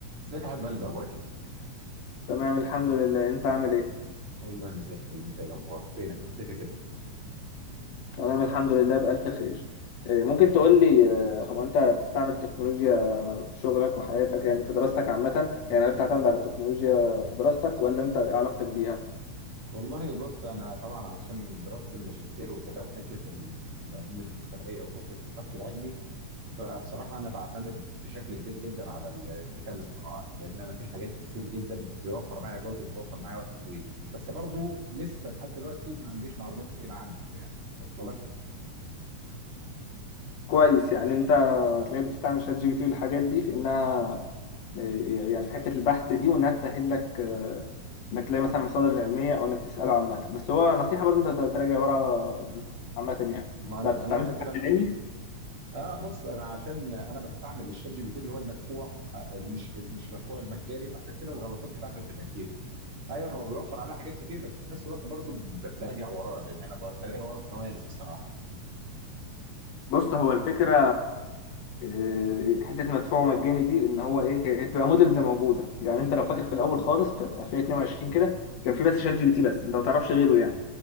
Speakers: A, on the right; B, on the left.
A: ازيك يا حبيب قلبي اخبارك ايه؟
B: تمام الحمد لله انت عامل ايه
A: والله انا زي الفل انت ايه الاخبار؟ فينك مختفي كده؟
B: تمام الحمد لله بألف خير إيه، ممكن تقول لي آه، هو انت بتستعمل التكنولوجيا في شغلك وحياتك يعني في دراستك عامة يعني هل بتعتمد على التكنولوجيا في دراستك ولا انت ايه علاقتك بيها
A: والله بص انا طبعا عشان دراسه الماجستير وكده وحته ال- العلوم الانسانيه وحته البحث العلمي فبصراحه انا بعتمد بشكل كبير جدا على الذكاء الاصطناعي لان انا في حاجات كتير جدا بيوفر معايا جهد وبتوفر معايا وقت طويل بس برضو لسه لحد دلوقتي ما عنديش معلومات كتير عنه يعني واصله لك؟
B: كويس يعني انت هتلاقيك بتستعمل شات جي بي تي والحاجات دي في انها إيه، يعني في حتة البحث دي وانها تسهل لك آه، انك تلاقي مثلا المصادر العلمية او انك تسأله عامة بس هو نصيحة برضه انت تراجع ورا عامة يعني انت
A: ما انا
B: ما بتستعملش
A: انا كده
B: البحث
A: كده
B: العلمي
A: اه بص انا عشان انا بستعمل الشات جي بي تي اللي هو المدفوع آه، مش مش مدفوع المجاني فعشان كده الغلطات بتاعته بتبقى كتير ايوه هو بيوفر عليها حاجات كتير بس في نفس الوقت برضه ب- براجع وراه لان انا ب- بلاقي وراه كوارث بصراحه
B: بص هو الفكرة آه، حته مدفوع ومجاني دي ان هو ايه هي هي بتبقى موديلز موجوده يعني انت لو فاكر في الاول
A: مم.
B: خالص في 2022 كده كان في بس شات جي بي تي بس انت ما تعرفش غيره يعني